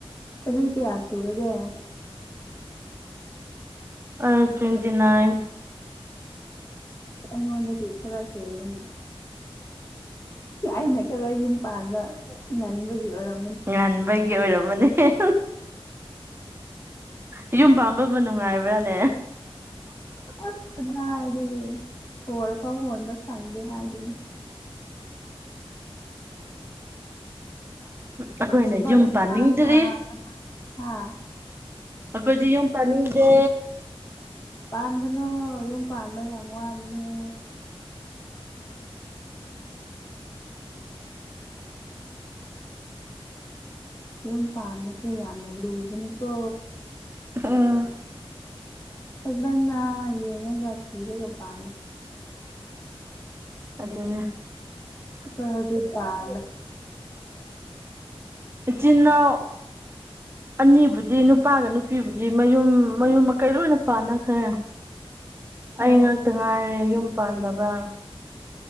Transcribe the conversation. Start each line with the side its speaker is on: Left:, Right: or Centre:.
Left: ꯆꯍꯤ ꯀꯌꯥ ꯁꯨꯔꯥꯒꯦ
Right: ꯑꯩ ꯇꯣꯏ꯭ꯟꯇꯤ ꯅꯥꯏꯟ
Left: ꯑꯩꯉꯣꯟꯗꯒꯤ ꯈ꯭ꯔ ꯍꯦꯜꯂꯦꯅꯦ ꯑꯩꯅ ꯈ꯭ꯔ ꯌꯨꯝ ꯄꯥꯟꯕ ꯉꯟꯕꯒꯤ ꯑꯣꯏꯔꯝ
Right: ꯉꯟꯕꯒꯤ ꯑꯣꯏꯔꯝꯃꯅꯤ ꯀꯍꯤ ꯍꯤ ꯌꯨꯝ ꯄꯥꯟꯕꯕꯨ ꯅꯨꯡꯉꯥꯏꯕ꯭ꯔꯥꯅꯦ
Left: ꯑꯁ ꯀꯗꯥꯏꯗꯒꯤ ꯁꯣꯔ ꯐꯥꯎ ꯍꯣꯟꯕ ꯁꯪꯗꯦ ꯍꯥꯏꯗꯨꯅꯤ
Right: ꯑꯩꯈꯣꯏꯅ
Left: ꯕꯥꯏ
Right: ꯌꯨꯝ
Left: ꯏꯁꯥꯡꯍꯥ
Right: ꯄꯥꯅꯤꯡꯗ꯭ꯔꯤ
Left: ꯍꯥ
Right: ꯑꯩꯈꯣꯏꯗꯤ ꯌꯨꯝ ꯄꯥꯟꯅꯤꯡꯗꯦ
Left: ꯄꯥꯟꯒꯅꯣ ꯌꯨꯝ ꯄꯥꯟꯕ ꯌꯥꯝ ꯋꯥꯕꯅꯦ ꯌꯨꯝ ꯄꯥꯟꯕꯁꯦ ꯌꯥꯝꯅ ꯂꯨꯕꯅꯤꯀꯣ
Right: ꯎꯝ
Left: ꯐꯖꯅ ꯌꯦꯡꯉꯒ ꯊꯤꯔꯒ ꯄꯥꯜꯂꯣ
Right: ꯑꯗꯨꯗ
Left: ꯀꯣꯏ ꯄꯥꯂ
Right: ꯆꯟꯅ
Left: <unintelligible>
Right: ꯑꯅꯤꯕꯨꯗꯤ ꯅꯨꯄꯥꯒ ꯅꯨꯄꯤꯕꯨꯗꯤ ꯃꯌꯨꯝ ꯃꯌꯨꯝ ꯃꯀꯩ ꯂꯣꯏꯅ ꯄꯥꯟꯅꯈ꯭ꯔꯦ
Left: ꯑꯣ
Right: ꯑꯩ ꯉꯥꯛꯇ ꯉꯥꯏꯔꯦ ꯌꯨꯝ ꯄꯥꯟꯗꯕ